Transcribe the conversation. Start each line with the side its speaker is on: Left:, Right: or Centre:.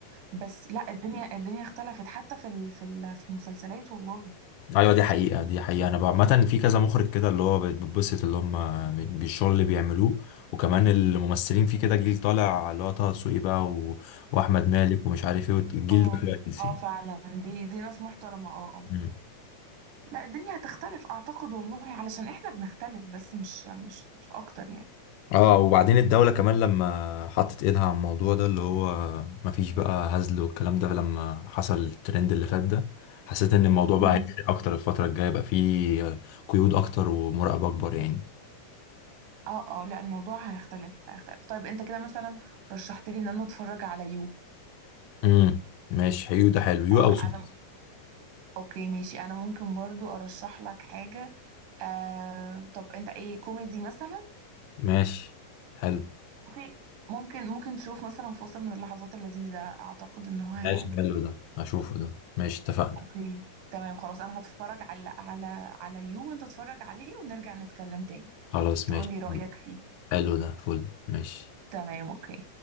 Right: بس لا الدنيا الدنيا اختلفت حتى في ال- في ال- في المسلسلات والله
Left: ايوه دي حقيقة دي حقيقة انا بقى- عامة في كذا مخرج كده اللي هو بت- بتبسط اللي هم بالشغل اللي بيعملوه وكمان الممثلين في كده جيل طالع اللي هو طه دسوقي بقى و... واحمد مالك ومش عارف ايه الجيل
Right: اه
Left: ده كويس
Right: اه
Left: يعني.
Right: فعلا دي دي ناس محترمه اه اه
Left: مم.
Right: لا الدنيا هتختلف اعتقد والله علشان احنا بنختلف بس مش مش مش اكتر يعني
Left: اه وبعدين الدولة كمان لما حطت ايدها على الموضوع ده اللي هو مفيش بقى هزل والكلام ده لما حصل الترند اللي فات ده حسيت ان الموضوع
Right: مم.
Left: بقى هيفرق اكتر الفترة الجاية يبقى فيه قيود اكتر ومراقبة اكبر يعني
Right: اه اه لا الموضوع هيختلف هيختلف طيب انت كده مثلا رشحت لي ان انا اتفرج على يو
Left: امم ماشي حلو ده حلو يو
Right: آه
Left: او سوس
Right: انا اوكي ماشي انا ممكن برضو ارشح لك حاجة آه طب انت ايه كوميدي مثلا
Left: ماشي حلو
Right: اوكي ممكن ممكن تشوف مثلا فاصل من اللحظات اللذيذة اعتقد ان هو هيعجبك
Left: ماشي حلو ده هشوفه ده ماشي اتفقنا
Right: اوكي تمام خلاص انا هتفرج على على على يو وانت اتفرج عليه ونرجع نتكلم تاني
Left: خلاص
Right: تقولي
Left: ماشي
Right: رأيك فيه
Left: حلو ده فل ماشي
Right: تمام اوكي